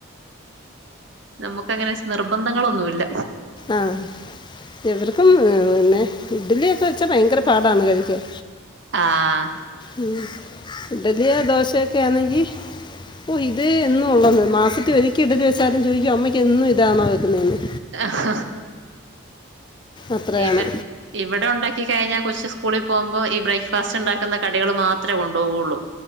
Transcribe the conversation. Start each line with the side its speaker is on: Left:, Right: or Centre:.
Right: നമുക്കങ്ങന നിർബന്ധങ്ങളൊന്നുല്ല
Left: ആഹ് ഇവർക്കും പിന്നെ ഇഡലിയൊക്ക വെച്ചാ ഭയങ്കര പാടാണ് കഴിക്കാൻ
Right: ആഹ്
Left: ഉം ഇഡലിയോ ദോശയൊക്കെ ആണെങ്കി ഓ ഇത് എന്നൊള്ളത് മാസത്തി ഒരിക്കെ ഇടലി വെച്ചാലും ചോയിക്കും അമ്മെക്ക് എന്നും ഇതാണോ വെക്കുന്നേന്ന്
Right: അ ഹാ
Left: അത്രയാണ്
Right: ഇവൻ ഇവിടെ ഒണ്ടാക്കി കഴിഞ്ഞാ കൊച്ച് സ്കൂളിൽ പോവുംമ്പോം ഈ ബ്രേക്ക്ഫാസ്റ്റ് ഉണ്ടാക്കുന്ന കടികൾ മാത്രേ കൊണ്ടു പോകുള്ളൂ